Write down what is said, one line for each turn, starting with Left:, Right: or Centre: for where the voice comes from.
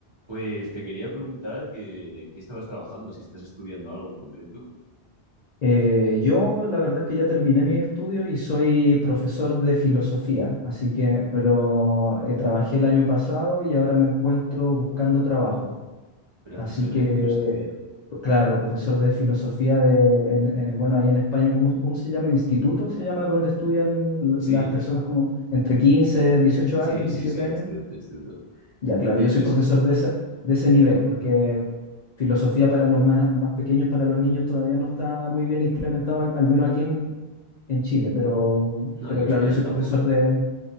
Right: Pues te quería preguntar que, en qué estabas trabajando, si estás estudiando algo en concreto.
Left: Eh, yo la verdad es que ya terminé mis estudios y soy profesor de filosofía, así que, pero eh, trabajé el año pasado y ahora me encuentro buscando trabajo.
Right: Profesor
Left: Así que,
Right: de filosofía.
Left: pues, claro, profesor de filosofía de, en- eh, bueno, ahí en España, ¿cómo, cómo se llama? Instituto se llama, donde estudian l-
Right: Sí,
Left: las personas como entre quince dieciocho
Right: sí,
Left: años, 17
Right: sí, sí,
Left: años.
Right: instituto, instituto.
Left: Ya, claro,
Right: Tío,
Left: yo soy
Right: pues
Left: profesor de ese, de ese nivel, porque filosofía para los más, más pequeños, para los niños, todavía no está muy bien implementado, al al menos aquí en, en Chile, pero,
Right: no,
Left: pero
Right: aquí en
Left: claro,
Right: España
Left: yo soy
Right: tampoco.
Left: profesor de...